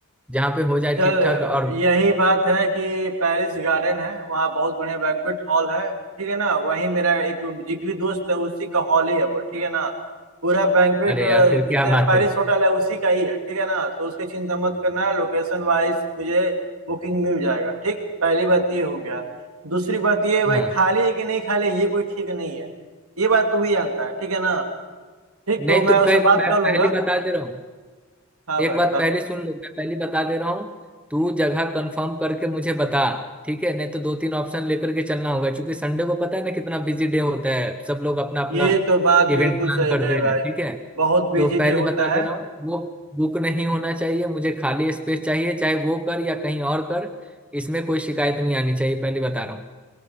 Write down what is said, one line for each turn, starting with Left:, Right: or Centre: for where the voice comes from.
Centre: जहाँ पे हो जाए
Right: चल
Centre: ठीक ठाक और
Right: यही बात है कि पेरिस गार्डन है वहाँ बहुत बढ़िया बैंक्वेट हॉल है ठीक है ना वहीं मेरा एक जिगरी दोस्त है उसी का हॉल ही है वो ठीक है ना पूरा बैंक्वेट
Centre: अरे यार फिर
Right: जितना
Centre: क्या बात
Right: पेरिस
Centre: है
Right: होटल है उसी का ही है ठीक है ना तो उसकी चिंता मत करना लोकेशन वाइज मुझे बुकिंग मिल जाएगा ठीक पहली बात ये हो गया दूसरी बात ये भाई
Centre: हाँ
Right: खाली है कि नहीं खाली है, ये कोई ठीक नहीं है ये बात तू भी जानता है ठीक है ना ठीक तो
Centre: नहीं
Right: मैं
Centre: तो
Right: उससे
Centre: फिर
Right: बात
Centre: मैं
Right: कर
Centre: पहले
Right: लूंगा
Centre: ही बता दे रहा हूँ
Right: हाँ
Centre: एक
Right: भाई
Centre: बात
Right: बता
Centre: पहले सुन लो मैं पहले बता दे रहा हूँ तू जगह कंफर्म करके मुझे बता ठीक है नहीं तो दो तीन ऑप्शन लेकर के चलना होगा क्योंकि संडे को पता है ना कितना बिजी डे होता है सब लोग अपना अपना
Right: ये तो बात बिल्कुल
Centre: इवेंट प्लान
Right: सही
Centre: करते
Right: कहे
Centre: हैं
Right: भाई
Centre: ठीक है
Right: बहुत बिजी
Centre: तो पहले
Right: डे होता
Centre: बता
Right: है
Centre: दे रहा हूँ वो बुक नहीं होना चाहिए मुझे खाली स्पेस चाहिए चाहे वो कर या कहीं और कर इसमें कोई शिकायत नहीं आनी चाहिए पहले बता रहा हूँ